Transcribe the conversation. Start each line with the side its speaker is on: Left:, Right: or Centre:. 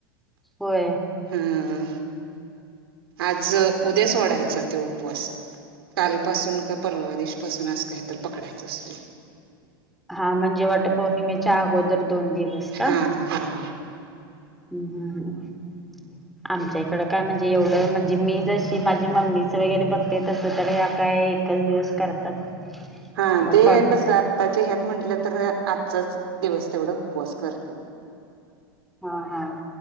Centre: होय
Right: हम्म आज उद्या सोडायचा वाढायचा ते उपवास कालपासून का परवा दिवशीपासून आज काही तर पकडायचं असतेय.
Centre: हा, म्हणजे वटपौर्णिमेच्या अगोदर दोन दिवस का?
Right: हा हा
Centre: हम्म हम् हम
Right: <inaudible>
Centre: आमच्या इकडं काय म्हणजे एवढं म्हणजे मी जशी माझी मम्मीचं वगैरे बघते तसं तर ह्या काय एकच दिवस करतात
Right: हा
Centre: मग
Right: ते
Centre: फळ
Right: एक स त्याज ह्यात म्हटलं तर आजचाच दिवस तेवढा उपवास करते
Centre: हा हा